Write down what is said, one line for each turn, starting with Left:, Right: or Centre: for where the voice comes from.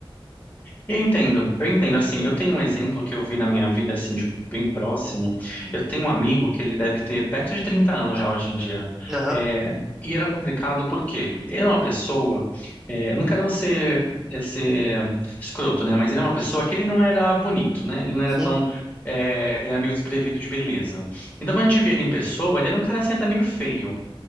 Left: Eu entendo, eu entendo. Assim, eu tenho um exemplo que eu vi na minha vida, assim, de bem próximo. Eu tenho um amigo que ele deve ter perto de 30 anos já hoje em dia.
Centre: Aham,
Left: É, e era complicado porque ele era uma pessoa. é, eu não quero ser, é, ser escroto, né? Mas ele é uma pessoa
Centre: uhum,
Left: que ele não era bonito, né? Ele não
Centre: uhum,
Left: era tão. é, ele era meio desprevido de beleza. Então, quando a gente via ele em pessoa, ele era um cara assim, até meio feio.